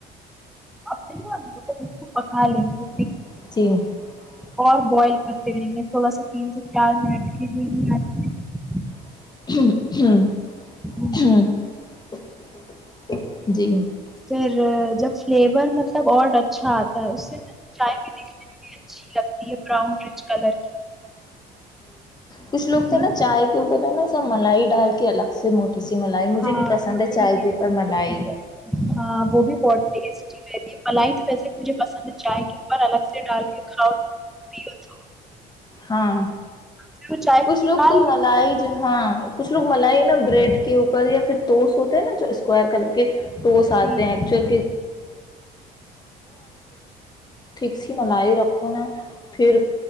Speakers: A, in the centre; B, on the left.
A: چینی ڈال کر پکائیں۔
B: <unintelligible>
A: اور دو سے چار منٹ تک ابالتے رہیں۔
B: <unintelligible>
A: گے
B: <unintelligible>
A: پھر اسے اچھی کریم ملتی ہے اور چائے بھی اچھی ہوتی ہے اور کالر بھی بھورا ہو جاتا ہے۔ کی
B: کچھ لوگ
A: بالکل۔
B: چائے میں کریم بھی ڈالتے ہیں اوپر موٹی کریم مجھے
A: ہاں صحیح
B: چائے
A: کہہ
B: پر بھی کریم
A: رہے
B: پسند ہے۔
A: ہیں ہاں وہ بھی بہت ٹیسٹی رہتی ہے ملائی ویسے مجھے چائے پر کریم کھانا پسند ہے۔
B: ہاہا
A: پھر وہ چائے کو
B: اشوک
A: نکال لو
B: مالی جہاں کچھ لوگ کریم میں روٹی کھاتے ہیں۔ ورنہ یہ ٹاس اپ ہے، ٹھیک ہے؟ ہاں، وہ ٹوسٹ آتے
A: جی
B: ہیں،
A: جی
B: ان پر کچھ کریم لگائیں، پھر